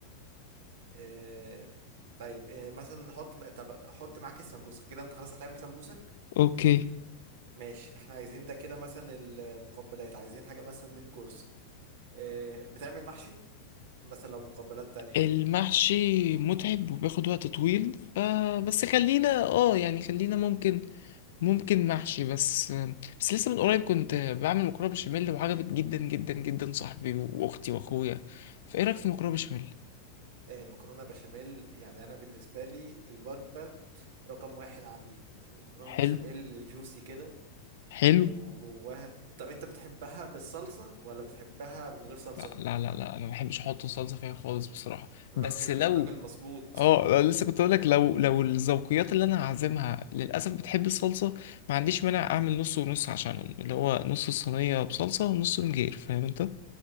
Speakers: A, on the right; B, on the left.
A: آه، طيب آه، مثلا نحط طب احط معاك السمبوسه كده انت خلاص هتعمل سمبوسك
B: اوكي
A: ماشي احنا عايزين ده كده مثلا المقبلات عايزين حاجه مثلا من كورس آه، بتعمل محشي مثلا لو مقبلات تانية
B: المحشي متعب وبياخد وقت طويل آه بس خلينا اه يعني خلينا ممكن ممكن محشي بس بس لسه من قريب كنت بعمل مكرونه بشاميل وعجبت جدا جدا جدا صاحبي واختي واخويا فايه رايك في مكرونه بشاميل
A: آه، مكرونه بشاميل يعني انا بالنسبه لي الوجبه رقم واحد عندي المكرونه
B: حلو
A: بشاميل الجوسي كده
B: حلو
A: وجواها طب انت بتحبها بالصلصه ولا بتحبها من غير صلصه
B: لا لا لا, لا. انا ما بحبش احط صلصه فيها خالص بصراحه
A: راجل
B: بس لو
A: راجل مظبوط
B: اه لا، لسه كنت اقول لك لو لو الذوقيات اللي انا هعزمها للاسف بتحب الصلصه ما عنديش مانع اعمل نص ونص عشانهم اللي هو نص الصينيه بصلصه ونص من غير فاهم انت